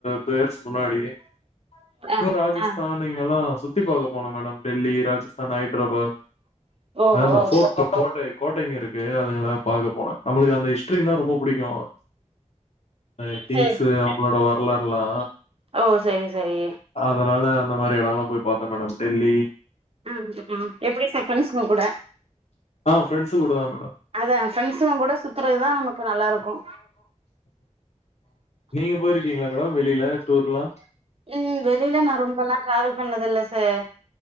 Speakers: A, on the left; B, on the right.
A: டூ இயர்ஸ் முன்னாடி
B: ஆ
A: ராஜஸ்தான்
B: ஆ
A: நீங்க எல்லா சுத்தி பாக்க போன மேடம் டெல்லி ராஜஸ்தான் ஹைதராபாத்
B: ஓ
A: இல்ல இல்ல
B: ஓ
A: பேர்ட்டு
B: சரி
A: கோட்டை கோட்டைங்க இருக்கு அதுங்கால பாக்க போன நம்மளுக்கு அந்த ஹிஸ்டரின்னா ரொம்ப புடிக்கு அ கிங்ஸு
B: சரி
A: அவங்களோட வரலாறுலா
B: ஓ செரி செரி
A: அதனால அந்த மாரி எடம்ல்லா போய் பாத்தே மேடம் டெல்லி
B: ம் ம் எப்டி சார் ஃப்ரெண்ட்ஸ்க்கு கூட
A: ஆ ஃப்ரண்ட்ஸு கூடதா மேடம்
B: அதா ஃப்ரெண்ட்ஸும் கூட சுத்துறது தா நமக்கு நல்லா இருக்கு
A: நீங்க போயிருக்கீங்களா மேடம் வெளியில டூர்ல்லா
B: ம் வெளியில நா ரொம்பல்லாம் டிராவல் பண்ணது இல்லை சார்